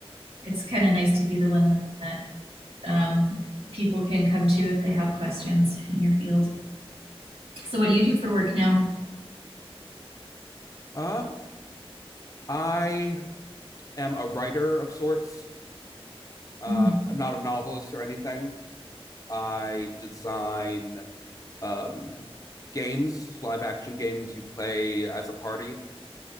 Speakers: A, on the right; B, on the left.
A: It's kind of nice to be the one that um, people can come to if they have questions in your field. So, what do you do for work now?
B: Uh, I am a writer of sorts. Um,
A: Mm,
B: I'm not a novelist or anything. I design um, games, live action games you play as a party,